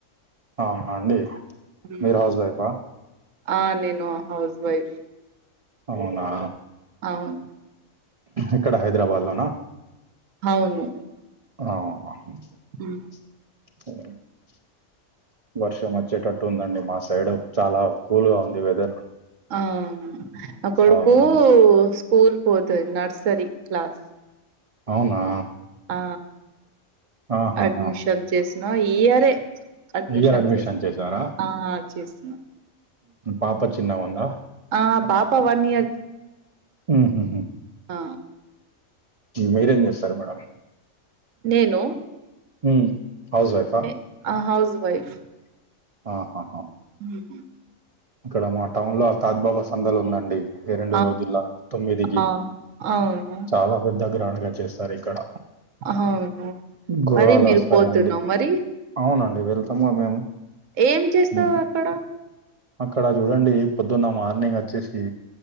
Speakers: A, on the right; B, on the right.
A: ఆహా అండి
B: ఉమ్
A: మీరు హౌస్ వైఫా
B: ఆ అండీ నేను హౌస్ వైఫ్
A: అవునా
B: అవును
A: ఎక్కడ హైదరాబాద్ లోనా
B: అవును
A: అవునా
B: ఉమ్
A: <inaudible> వర్షం వచ్చేటట్టు ఉందండి మా సైడ్ చాలా కూల్ గా ఉంది వెదర్
B: ఆ అవును నా కొడుకు
A: అవునండి
B: స్కూల్ కు పోతది నర్సరీ క్లాస్
A: అవునా
B: ఆ
A: ఆహాహా
B: అడ్మిషన్ చేసినా ఈ ఇయరే అడ్మిషన్
A: ఇయర్
B: చేస్తు
A: చేశారా
B: ఆ చేస్తున
A: పాప చిన్నగా ఉందా
B: ఆ పాప వన్ ఇయర్
A: ఉమ్ హు
B: ఆ
A: మీరేం చేస్తారు మేడం
B: నేను
A: హ్మ్ హౌస్ వైఫ్ ఆ
B: ఎ ఆ హౌస్ వైఫ్
A: ఆహాహా
B: ఉమ్
A: ఇక్కడ మా టౌన్ లో తాత్బాబా సందలు ఉందండి ఈ రెండు
B: ఆ
A: రోజుల తొమ్మిదికి
B: ఆ అవును
A: చాలా పెద్ద గ్రాండ్ గా చేస్తారు ఇక్కడ
B: అవును
A: గుర్రాలొస్తాయండి.
B: మరి మీరు పోతున్నాం మరి
A: అవునండి వెళ్తాము మేము
B: ఏం చేస్తావు
A: హ్మ్.
B: అక్కడ
A: అక్కడ చూడండి పొద్దున్న మార్నింగ్ వచ్చేసి